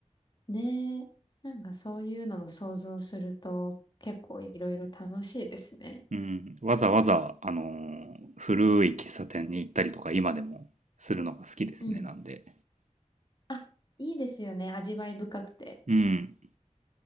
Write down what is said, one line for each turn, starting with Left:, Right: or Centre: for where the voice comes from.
Left: ねえ。なんかそういうのも想像すると、結構いろいろ楽しいですね。
Right: うん。わざわざ、あのー古い喫茶店に行ったりとか今でもするのが好きですね、
Left: うん。
Right: なんで。
Left: あ、いいですよね。味わい深くて。
Right: うん。